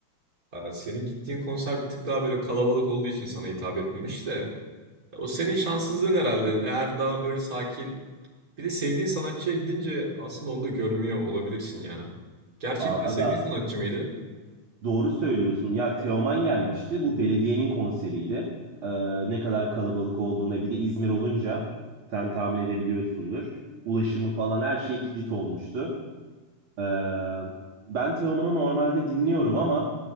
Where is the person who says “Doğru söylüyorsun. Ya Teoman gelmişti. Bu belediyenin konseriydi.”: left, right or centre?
Right